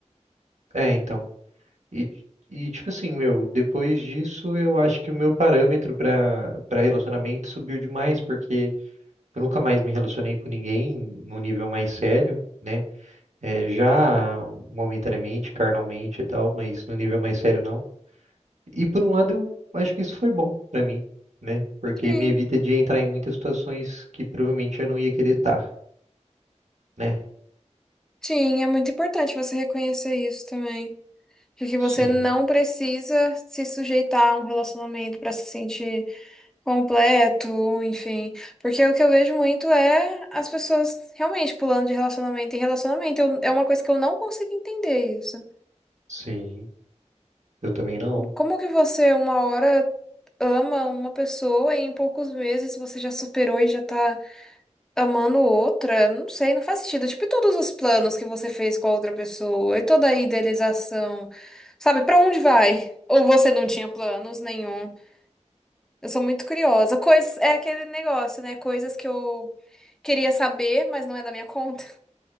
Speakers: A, on the right; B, in the centre.
A: é, então. E, e tipo assim, meu, depois disso eu acho que o meu parâmetro para para relacionamento subiu demais, porque eu nunca mais me relacionei com ninguém num nível mais sério né? É, já momentaneamente, carnalmente e tal, mas no nível mais sério não. E por um lado, eu acho que isso foi bom pra mim, né? Porque
B: Sim,
A: me evita de entrar em muitas situações que provavelmente eu não ia querer estar, né?
B: sim, é muito importante você reconhecer isso também. De que você
A: Sim,
B: não precisa se sujeitar a um relacionamento para se sentir completo, enfim. Porque o que eu vejo muito é as pessoas realmente pulando de relacionamento em relacionamento. Eu- é uma coisa que eu não consigo entender isso.
A: sim. Eu também não.
B: Como que você, uma hora, ama uma pessoa e em poucos meses você já superou e já tá amando outra? Não sei, não faz sentido. Tipo, e todos os planos que você fez com a outra pessoa e toda a idealização, sabe? Pra onde vai? Ou você não tinha planos nenhum? Eu sou muito curiosa. Coisas, é aquele negócio, né? Coisas que eu queria saber, mas não é da minha conta.